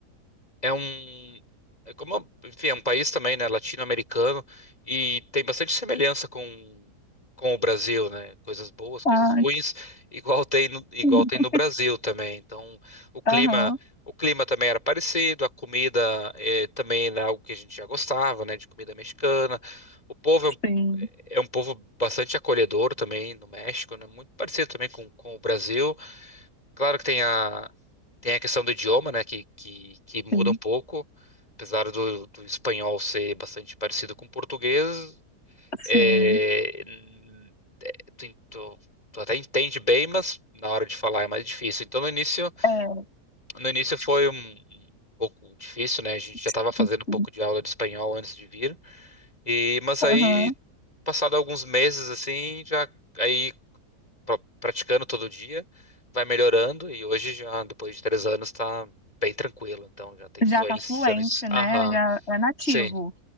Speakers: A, on the left; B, on the left.
A: é um é como enfim, é um país também, né, latino-americano e tem bastante semelhança com com o Brasil, né? Coisas boas, coisas
B: Ah,
A: ruins,
B: que...
A: igual tem no, igual
B: legal.
A: tem no Brasil também. Então, o clima
B: Aham,
A: o clima também era parecido, a comida eh, também era algo que a gente já gostava, né, de comida mexicana. O povo é um,
B: sim,
A: é um povo bastante acolhedor também no México, né? Muito parecido também com, com o Brasil. Claro que tem a, tem a questão do idioma, né, que, que, que muda
B: sim,
A: um pouco, apesar do, do espanhol ser bastante parecido com o português,
B: sim.
A: é, n- tu, tu, tu até entende bem, mas na hora de falar é mais difícil. Então, no início,
B: É.
A: no início foi um, um pouco difícil, né, a gente já
B: <laughs>
A: estava fazendo um pouco de aula de espanhol antes de vir, e, mas
B: Aham.
A: aí, passado alguns meses, assim, já... aí pra- praticando todo dia, vai melhorando e hoje já, depois de três anos, tá bem tranquilo. Então já tem
B: Já
A: fluência
B: tá fluente,
A: nisso.
B: né?
A: Aham,
B: Já é nativo.
A: sim.